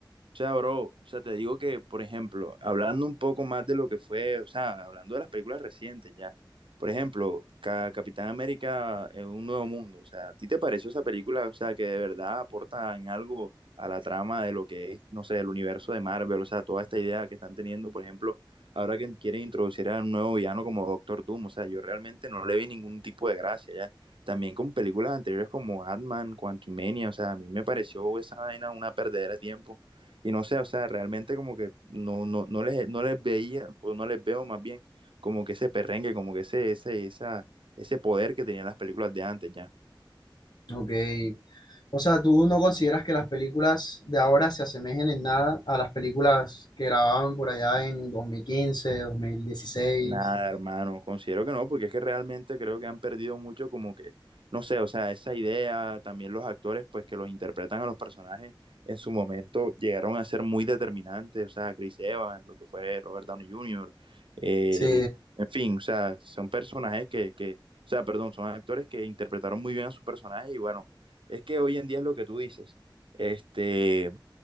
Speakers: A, on the right; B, on the left.
A: O sea, bro, o sea, te digo que, por ejemplo, hablando un poco más de lo que fue, o sea, hablando de las películas recientes ya, por ejemplo, Ca- Capitán América en un nuevo mundo, o sea, ¿a ti te pareció esa película, o sea, que de verdad aporta en algo a la trama de lo que es, no sé, el universo de Marvel, o sea, toda esta idea que están teniendo, por ejemplo, ahora que quieren introducir a un nuevo villano como Doctor Doom, o sea, yo realmente no le vi ningún tipo de gracia ya. También con películas anteriores como Ant-Man, Quantumania, o sea, a mí me pareció esa vaina una perdedera de tiempo y no sé, o sea, realmente como que no, no, no, les, no les veía, o no les veo más bien, como que ese perrengue, como que ese, ese, esa, ese poder que tenían las películas de antes ya.
B: Ok. O sea, ¿tú no consideras que las películas de ahora se asemejen en nada a las películas que grababan por allá en dos dos mil quince dos mil dieciséis
A: Nada, hermano, considero que no, porque es que realmente creo que han perdido mucho como que, no sé, o sea, esa idea, también los actores, pues que los interpretan a los personajes en su momento llegaron a ser muy determinantes, o sea, Chris Evans, lo que fue Robert Downey Jr., eh,
B: Sí,
A: en fin, o sea, son personajes que, que, o sea, perdón, son actores que interpretaron muy bien a sus personajes y bueno, es que hoy en día es lo que tú dices, este